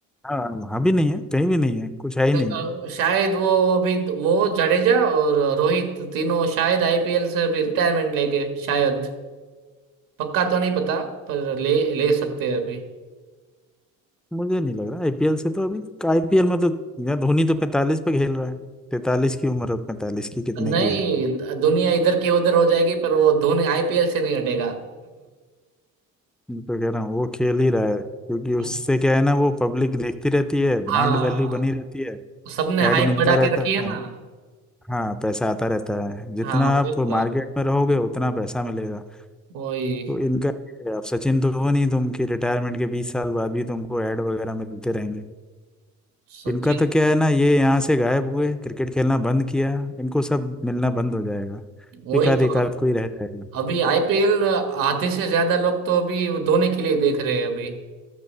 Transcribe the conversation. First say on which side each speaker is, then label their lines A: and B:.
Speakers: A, in the centre; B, on the right.
A: हाँ अभी नहीं है कहीं भी नहीं है कुछ है ही
B: अ,
A: नहीं
B: शायद वो अभी वो जडेजा और रोहित तीनों शायद आईपीएल से अभी रिटायरमेंट लेंगे शायद पक्का तो नहीं पता पर ले ले सकते हैं अभी
A: मुझे नहीं लग रहा आईपीएल से तो अभी आईपीएल में तो यार धोनी तो 45 पे खेल रहा है 43 की उम्र है 45 की कितने
B: नहीं
A: की है
B: दुनिया इधर की उधर हो जाएगी पर वो धोनी आईपीएल से नहीं हटेगा
A: मैं तो कह रहा हूँ वो खेल ही रहा है क्योंकि उससे
B: <laughs>
A: क्या है ना वो पब्लिक देखती रहती है ब्रांड
B: हाँ
A: वैल्यू बनी रहती है
B: सबने
A: एड
B: हाइप
A: मिलता
B: बढ़ा
A: रहता
B: के रखी है
A: है
B: ना
A: हाँ पैसा आता रहता है जितना
B: हाँ वही
A: आप
B: तो
A: मार्केट में रहोगे उतना पैसा मिलेगा
B: वही
A: तो इनका ये है, अब सचिन तो हो नहीं तुम कि रिटायरमेंट के बीस साल बाद भी तुमको एड वगैरह मिलते रहेंगे
B: सचिन
A: इनका तो क्या है ना ये यहाँ से गायब हुए क्रिकेट खेलना बंद किया इनको सब मिलना बंद हो जाएगा
B: वही
A: एक आध
B: तो
A: एक आध कोई रह जाएगा
B: अभी आईपीएल आधे से ज्यादा लोग तो अभी धोनी के लिए देख रहे हैं अभी